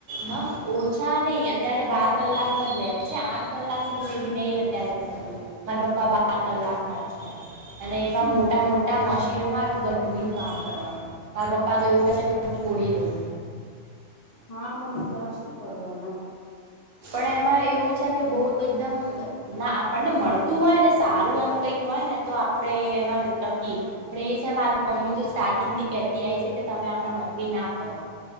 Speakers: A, on the right (about 80°); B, on the left (about 75°).
A: હા ઓછા નહી
B: ઓછા
A: અત્યારે બાર કલાકમાં જ લે. ચછ આઠ કલાક ન તો મે બી નહી અત્યારે હતું મારા પપ્પા બાર કલાકમાં જ છે. અને એવા
B: હમ
A: મોટા મોટા મશીનોમાં આવે ગરમી કામ કરવાનું મારા પપ્પા તો એવું કે છે કે હું છોડી દઉં.
B: હા પણ વિચારા શું કરે હવે.
A: પણ એમાં એવું છે કે બહ એકદમ ના આપણને મળતું હોય ને સારું એમ કઈક હોય ને તો આપડે એમાં ટકી પણ એ છે મારી મમ્મી તો સાર્ટિંગ થી કેતી આવીય છે. કે તમે આમાં નોકરી ના કરો